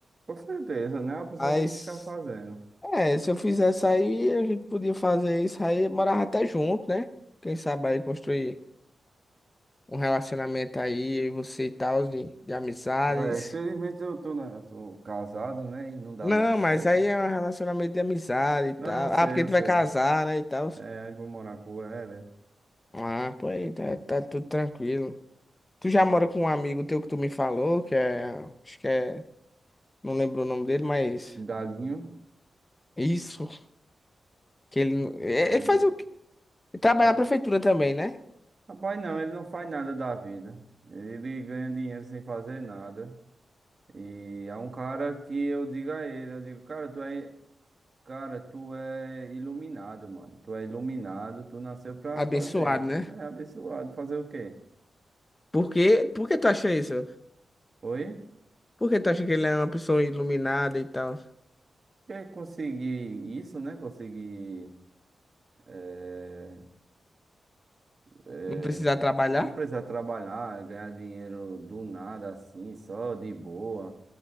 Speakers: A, on the right; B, on the left.
A: Com certeza, né? A pessoa
B: Mas.
A: tem que ficar fazendo.
B: É, se eu fizesse aí, a gente podia fazer isso aí, morava até junto, né? Quem sabe aí construir um relacionamento aí, eu e você e tal, de, de amizades.
A: Véi, infelizmente eu tô, na- eu tô casado, né? E não dá
B: Não,
A: muito certo.
B: mas aí é um relacionamento de amizade e tal.
A: Não, eu sei,
B: Ah, porque
A: eu
B: tu
A: sei.
B: vai casar, né, e tal.
A: É, aí vou morar com ela.
B: Ah, pô, aí tá, tá tudo tranquilo. Tu já
A: Aí,
B: mora com um amigo teu que tu me falou, que é, acho que é, não lembro o nome dele, mas
A: o Galinho,
B: isso, que ele, é-
A: ele,
B: ele faz o quê? Ele Trabalha
A: é,
B: na prefeitura também, né?
A: rapaz, não, ele não faz nada da vida. Ele ganha dinheiro sem fazer nada. E é um cara que eu digo a ele, eu digo, cara, tu é. Cara, tu é iluminado, mano. Tu é iluminado, tu nasceu pra
B: Abençoado,
A: fazer isso.
B: né?
A: É abençoado. Fazer o quê?
B: Por quê? Por que tu acha isso?
A: Oi?
B: Por que tu acha que ele é uma pessoa iluminada e tal?
A: Quer conseguir isso, né? Conseguir. eh, eh,
B: Não precisar
A: tra-
B: trabalhar?
A: não precisar trabalhar, ganhar dinheiro do nada assim, só de boa.